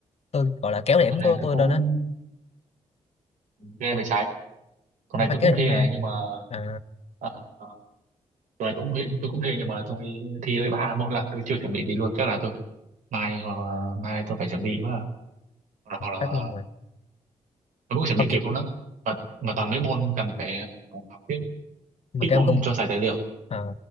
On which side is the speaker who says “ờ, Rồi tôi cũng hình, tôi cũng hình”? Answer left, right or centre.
Right